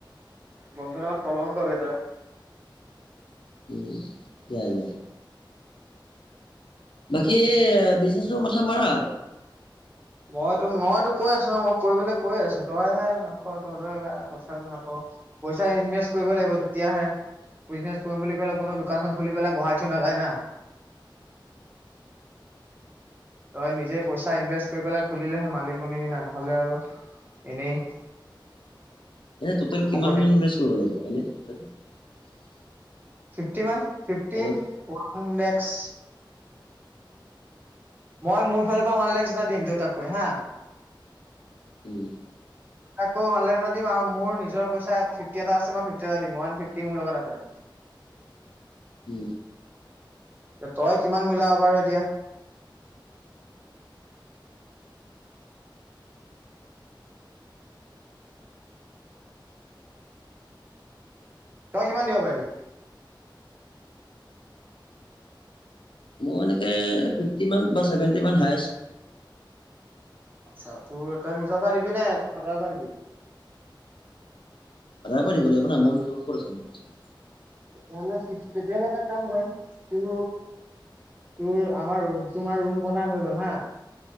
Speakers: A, on the right; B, on the left.
A: বন্ধু নামত কলংক বে তই।
B: উম, ইয়া! ইয়াৰ! বাকী বিজনেছৰ মাথা মাৰা আৰু
A: মইতো, মইতো কৈ আছো ন, মইতো কৰিবলে কৈ আছো। তইহে নকৰ। পইচা ইনভেষ্ট কৰিব লাগিব তেতিয়াহে বিজনেছ কৰিম বুলি ক'লে কোনো দোকান এখন বহাই থৈ নাযায় না। তই নিজে পইচা ইনভেষ্ট কৰি পেলাই খুলিলেহে মালিক বনিবি না। নহ'লে আৰু এনেই
B: এ টুতেল',
A: ফকতে
B: কিমান মান ইমেছ কৰিব লাগিব এনে <unintelligible>
A: fifty one. Fifty
B: hello
A: one <unintelligible> <unintelligible> মই মোৰ ফালৰ পৰা, ওৱান লেজ এটা দিম। দুটাকৈ হা।
B: উম!
A: আকৌ ওৱান লাখ এটা দিম আৰু মোৰ নিজৰ পইচা ফিফ্টি এটা আছে, মই ফিফ্টি এটা দিম। ওৱান ফিফ্টি মোৰ লগত আছে।
B: উম
A: তই কিমান মিলাও বাৰু এতিয়া তই কিমান দিব পাৰিবি?
B: মোৰ এনেকে, ফিফ্টি মান বা ছেভেন্টি মান হায়েষ্ট।
A: আচ্ছা তোৰ তই নিজৰ পা দিবি নে ফাডাৰ পা দিবি
B: ফাডাৰ পা লাগিব ন মোৰ নিজৰ কত আছে পইচা
A: তেতিয়াহলে ফিক্স তেতিয়াহলে এটা কাম কৰ তোৰ তোৰ আমাৰ তোমাৰ ৰুম বনা হৈ গল হা